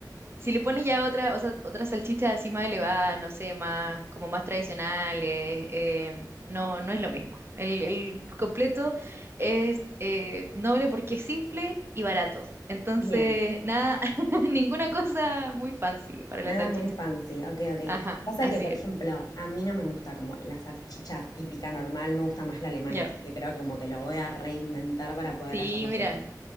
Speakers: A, on the right; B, on the left.
A: Si le pones ya otra, o sea, otra salchicha así más elevada, no sé, más, como más tradicionales, eh, eh, no, no es lo mismo. El, el completo es eh, noble porque es simple y barato. Entonces,
B: bien,
A: nada, <laughs> ninguna cosa muy fancy para
B: nada
A: la salchicha.
B: muy fancy, ok, ok.
A: Ajá,
B: Pasa
A: así
B: que, por
A: es.
B: ejemplo, a mí no me gusta como la salchicha típica normal, me gusta más la alemana,
A: Ya.
B: así que creo que como que lo voy a reinventar para poder
A: Sí,
B: hacerlo así.
A: mira.